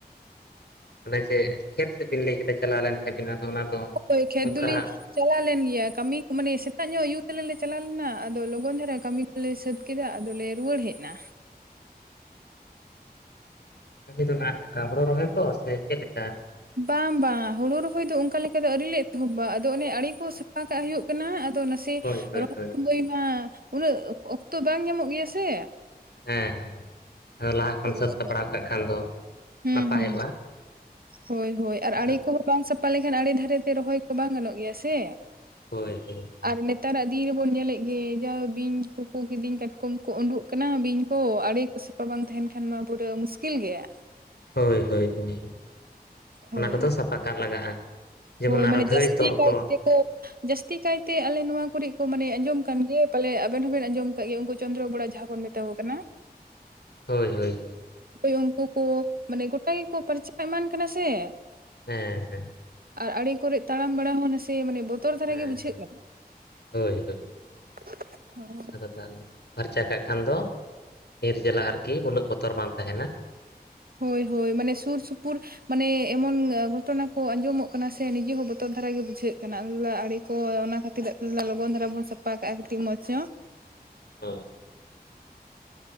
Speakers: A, on the left; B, on the right.
A: ᱚᱱᱮ ᱡᱮ ᱠᱷᱮᱛ ᱥᱮᱫ ᱵᱤᱱ ᱞᱟᱹᱭ ᱠᱟᱛᱮ ᱪᱟᱞᱟᱣ ᱞᱮᱱ ᱛᱟᱦᱮᱸᱱᱟ ᱟᱫᱚ ᱚᱱᱟ ᱫᱚ
B: ᱦᱚᱭ ᱠᱷᱮᱛ
A: ᱚᱱᱠᱟ
B: ᱫᱚᱞᱤᱧ ᱪᱟᱞᱟᱣ ᱞᱮᱱ ᱜᱮᱭᱟ, ᱠᱟᱹᱢᱤ ᱠᱚ ᱢᱟᱱᱮ ᱥᱮᱛᱟᱜ ᱧᱚᱜ ᱟᱭᱩ ᱛᱟᱞᱮ ᱞᱮ ᱪᱟᱞᱟᱣ ᱞᱮᱱᱟ ᱟᱫᱚ ᱞᱚᱜᱚᱱ ᱫᱷᱟᱨᱟ ᱠᱟᱹᱢᱤ ᱞᱮ ᱥᱟᱹᱛ ᱠᱮᱫᱟ, ᱟᱫᱚᱞᱮ ᱨᱩᱭᱟᱹᱲ ᱦᱮᱡ ᱮᱱᱟ᱾
A: ᱠᱟᱹᱢᱤ ᱫᱚ ᱟᱜ ᱚᱱᱠᱟ ᱦᱳᱲᱳ ᱨᱚᱦᱚᱭ ᱠᱚ ᱥᱮ ᱪᱮᱫᱮ ᱞᱮᱠᱟ?
B: ᱵᱟᱝ ᱵᱟᱝ ᱦᱩᱲᱩ ᱨᱚᱦᱚᱭ ᱫᱚ ᱚᱱᱠᱟ ᱞᱮᱠᱟ ᱫᱚ ᱟᱣᱨᱤ ᱞᱮ ᱮᱛᱚᱦᱚᱵᱟ, ᱟᱫᱚ ᱚᱱᱮ ᱟᱲᱤ ᱠᱚ ᱥᱟᱯᱷᱟ ᱠᱟᱜ ᱦᱩᱭᱩᱜ ᱠᱟᱱᱟ ᱟᱫᱚ ᱱᱟᱥᱮ
A: ᱦᱳᱭ ᱦᱳᱭ
B: ᱛᱮ ᱨᱚᱦᱚᱭ
A: ᱦᱳᱭ
B: ᱥᱚᱢᱚᱭ ᱢᱟ ᱩᱱᱟᱹᱜ ᱚᱠᱛᱚ ᱵᱟᱝ ᱧᱟᱢᱚᱜ ᱜᱮᱭᱟ ᱥᱮ᱾
A: ᱦᱮᱸ ᱦᱮᱸ ᱞᱟᱦᱟ ᱠᱷᱚᱱ
B: ᱦᱳᱭ
A: ᱥᱟᱹᱛ
B: ᱦᱳᱭ
A: ᱥᱟᱯᱲᱟᱣ ᱠᱟᱜ ᱠᱷᱟᱱ ᱫᱚ
B: ᱦᱩᱸ
A: ᱱᱟᱯᱟᱭᱚᱜᱼᱟ᱾
B: ᱦᱩᱸ ᱦᱳᱭ ᱦᱳᱭ ᱟᱨ
A: ᱡᱟᱦᱟᱸ
B: ᱟᱲᱮ ᱠᱚᱦᱚᱸ ᱵᱟᱝ ᱥᱟᱯᱷᱟ ᱞᱮᱠᱷᱟᱱ ᱟᱲᱮ ᱫᱷᱟᱨᱮᱛᱮ ᱨᱚᱦᱚᱭ ᱠᱚ ᱵᱟᱝ ᱜᱟᱱᱚᱜ ᱜᱮᱭᱟ ᱥᱮ
A: ᱦᱳᱭ ᱦᱳᱭ
B: ᱟᱨ ᱱᱮᱛᱟᱨᱟᱜ ᱫᱤᱱ ᱨᱮᱵᱚᱱ ᱧᱮᱞᱮᱫ ᱜᱮ ᱡᱟ ᱵᱤᱧ ᱠᱚ ᱠᱚ ᱠᱤᱫᱤᱧ ᱠᱟᱴᱠᱚᱢ ᱠᱚ ᱩᱸᱰᱩᱜ ᱠᱟᱱᱟ ᱵᱤᱧ ᱠᱚ ᱟᱲᱮ ᱠᱚ ᱥᱟᱯᱷᱟ ᱵᱟᱝ ᱛᱟᱦᱮᱱ ᱠᱷᱟᱱ ᱢᱟ ᱯᱩᱨᱟᱹᱣ ᱢᱩᱥᱠᱤᱞ ᱜᱮᱭᱟ᱾
A: ᱦᱚᱭ ᱦᱚᱭ ᱦᱚᱭ ᱾
B: ᱦᱳᱭ
A: ᱚᱱᱟ ᱠᱚᱫᱚ ᱥᱟᱯᱷᱟ ᱠᱟᱜ ᱞᱟᱜᱟᱜᱼᱟ, ᱡᱮᱢᱚᱱ
B: ᱦᱳᱭ
A: ᱟᱨᱚ
B: ᱢᱟᱱᱮ
A: ᱦᱚᱸ ᱜᱷᱟᱹᱭ
B: ᱡᱟᱹᱥᱛᱤ
A: ᱛᱚᱞ
B: ᱠᱟᱭ
A: ᱠᱚ ᱾
B: ᱛᱮᱠᱚ ᱡᱟᱹᱥᱛᱤ ᱠᱟᱭᱛᱮ ᱟᱞᱮ ᱱᱚᱣᱟ ᱠᱚᱨᱮ ᱠᱚ ᱢᱟᱱᱮ ᱟᱸᱡᱚᱢ ᱠᱟᱱ ᱜᱮᱭᱟ ᱯᱟᱞᱮ ᱟᱵᱮᱱ ᱦᱚᱸᱵᱮᱱ ᱟᱸᱡᱚᱢ ᱠᱟᱜ ᱜᱮᱭᱟ ᱩᱱᱠᱩ ᱪᱚᱱᱫᱨᱚ ᱵᱚᱰᱟ ᱡᱟᱦᱟᱸ ᱵᱚᱱ ᱢᱮᱛᱟ ᱠᱚ ᱠᱟᱱᱟ ᱾
A: ᱦᱚᱭ ᱦᱚᱭ ᱦᱚᱭ ᱾
B: ᱦᱳᱭ ᱩᱱᱠᱩ ᱠᱚ ᱢᱟᱱᱮ ᱜᱚᱴᱟ ᱜᱮᱠᱚ ᱯᱟᱨᱪᱟ ᱮᱢᱟᱱ ᱠᱟᱱᱟ ᱥᱮ ᱾
A: ᱦᱮᱸ ᱦᱮᱸ ᱾
B: ᱟᱨ ᱟᱲᱮ ᱠᱚᱨᱮ ᱛᱟᱲᱟᱢ ᱵᱟᱲᱟ ᱦᱚᱸ ᱱᱟᱥᱮ ᱢᱟᱱᱮ ᱵᱚᱛᱚᱨ ᱫᱷᱟᱨᱟ
A: ᱦᱮᱸ
B: ᱜᱮ ᱵᱩᱡᱷᱟᱹᱜ ᱠᱟᱱᱟ ᱾
A: ᱦᱳᱭ ᱦᱳᱭ
B: <inaudible>
A: ᱟᱫᱚ ᱛᱟᱦᱚᱞᱮ ᱯᱷᱟᱨᱪᱟ ᱠᱟᱜ ᱠᱷᱟᱱ ᱫᱚ ᱱᱤᱨ ᱡᱟᱞᱟ ᱟᱨᱠᱤ ᱩᱱᱟᱹᱜ ᱵᱚᱛᱚᱨ ᱵᱟᱝ ᱛᱟᱦᱮᱸᱱᱟ ᱾
B: ᱦᱚᱭ ᱦᱚᱭ ᱢᱟᱱᱮ ᱥᱩᱨ ᱥᱩᱯᱩᱨ ᱢᱟᱱᱮ ᱮᱢᱚᱱ ᱜᱷᱚᱴᱚᱱᱟ ᱠᱚ ᱟᱸᱡᱚᱢᱚᱜ ᱠᱟᱱᱟ ᱥᱮ ᱱᱤᱡᱮ ᱦᱚᱸ ᱵᱚᱛᱚᱨ ᱫᱷᱟᱨᱟ ᱜᱮ ᱵᱩᱡᱷᱟᱹᱜ ᱠᱟᱱᱟ ᱾ᱟᱫᱚ ᱞᱮ ᱟᱲᱮ ᱦᱚᱭ ᱚᱱᱟ ᱠᱷᱛᱤᱨᱟᱜ ᱛᱮ ᱞᱚᱜᱚᱱ ᱫᱷᱟᱨᱟ ᱵᱚᱱ ᱥᱟᱯᱷᱟ ᱠᱟᱜᱼᱟ ᱠᱟᱹᱴᱤᱡ ᱢᱚᱡᱽ ᱧᱚᱜ᱾
A: ᱦᱚᱸ